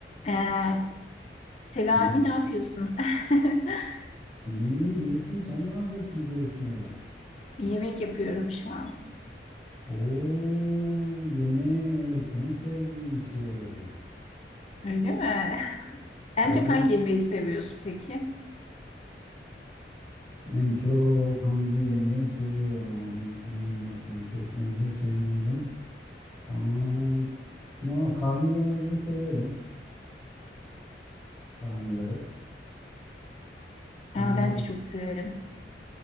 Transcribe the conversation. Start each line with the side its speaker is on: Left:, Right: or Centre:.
Left: Ee, Selami
Centre: Gül.
Left: ne yapıyorsun? <laughs>
Centre: İyiyim Gülsüm. Sen ne yapıyorsun görüşmeyle?
Left: Yemek yapıyorum şu an.
Centre: Oo yemek en sevdiğim şey.
Left: Öyle mi?
Centre: Tabii
Left: En çok hangi yemeği seviyorsun peki?
Centre: en çok hangi yemeği seviyorum? Düşüneyim bakayım birçok yemeği seviyorum. Aman ama karnıyarını severim. Karnıyarık. Ondan
Left: Aa, ben de çok severim.